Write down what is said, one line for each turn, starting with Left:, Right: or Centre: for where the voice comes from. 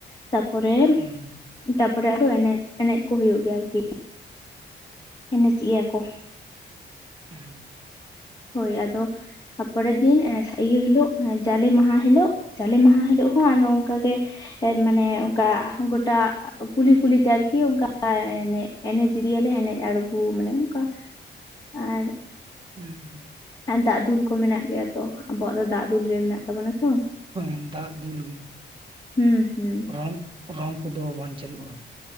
Left: ᱛᱟᱯᱚᱨᱮᱯ
Right: <unintelligible>
Left: ᱛᱟᱯᱚᱨᱮ ᱟᱫᱚ ᱮᱱᱮᱡ ᱮᱱᱮᱡ ᱠᱚ ᱦᱩᱭᱩᱜ ᱜᱮᱭᱟ ᱟᱨᱠᱤ ᱾ ᱮᱱᱮᱪᱮᱫ ᱜᱮᱭᱟ ᱠᱚ
Right: ᱦᱮᱸ
Left: ᱦᱳᱭ ᱟᱫᱚ ᱛᱟᱯᱚᱨᱮᱨ ᱫᱤᱱ ᱤᱭᱟᱹ ᱦᱤᱞᱳᱜ ᱡᱟᱞᱮ ᱢᱟᱦᱟ ᱦᱤᱞᱳᱜ ᱡᱟᱞᱮ ᱢᱟᱦᱟ ᱦᱤᱞᱳᱜ ᱦᱚᱸ ᱟᱫᱚ ᱚᱱᱠᱟᱟᱜᱮ ᱢᱟᱱᱮ ᱚᱱᱠᱟ ᱜᱚᱴᱟ ᱠᱩᱞᱤ ᱠᱩᱞᱤᱛᱮ ᱟᱨᱠᱤ ᱚᱱᱠᱟ ᱮᱱᱮᱡ ᱮᱱᱮᱪᱤᱫᱤᱭᱟᱞᱮ ᱮᱱᱮᱡ ᱟᱬᱜᱚ ᱢᱟᱱᱮ ᱚᱱᱠᱟ ᱟᱨ
Right: <unintelligible>
Left: ᱟᱨ ᱫᱟᱜ ᱫᱩᱞ ᱠᱚ ᱢᱮᱱᱟᱜ ᱜᱮᱭᱟ ᱛᱚ ᱟᱵᱚᱣᱟᱜ ᱫᱚ ᱫᱟᱜ ᱫᱩᱞ ᱜᱮ ᱢᱮᱱᱟᱜ ᱛᱟᱵᱚᱱᱟ ᱛᱚ ᱾
Right: ᱦᱸᱮ ᱫᱟᱜ ᱫᱩᱞ ᱜᱮ
Left: ᱦᱩᱸ ᱦᱩᱸ
Right: ᱨᱚᱝ ᱨᱚᱝ ᱠᱚᱫᱚ ᱵᱟᱝ ᱪᱟᱹᱞᱩᱜᱼᱟ ᱾